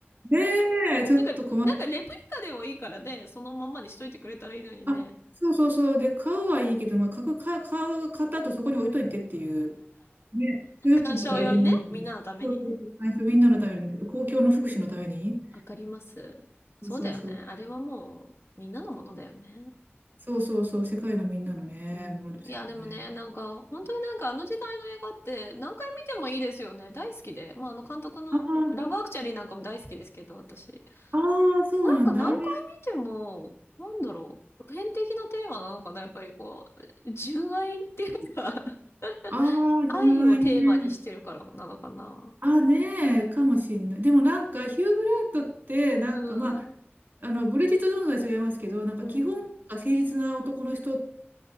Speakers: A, on the right; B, on the left.
A: ねえ、ちょっと困っ
B: なんか、なんかレプリカでもいいからね、そのまんまにしといてくれたらいいのにね。
A: たあ、そうそうそう。で、買うはいいけど、まあ、買う、買う、買う買った後そこに置いといてっていう。ね、所有権が誰でもいいから。
B: 鑑賞用にね、みんなのためにね。
A: そうそうそう。最初みんなのために、ちょっと公共の福祉のために。
B: わかります。そうだよね。
A: そうそうそう。
B: あれはもう、みんなのものだよね。
A: そうそうそう。世界のみんなのね、
B: うん。
A: ものですよね。
B: いや、でもね、なんか、本当になんかあの時代の映画って何回見てもいいですよね。大好きで。まあ、あの監督の、
A: ああ、
B: ラブアクチャリーなんかも大好きですけど、私。
A: ああ、そうなんだ。
B: なんか何回見ても、
A: あれ。
B: なんだろう、普遍的なテーマなのかな、やっぱりこう、純愛っていうか、<laughs>
A: ああ、
B: 愛をテーマにしてるからなのかな。
A: 純愛ね。あ、ねえ、かもしんない。でもなんか、ヒュー・グラントって、なんかまあ、
B: うん、
A: あの、ブリジット・ジョーンズは違いますけど、なんか基本、
B: うん、
A: なんか誠実な男の人、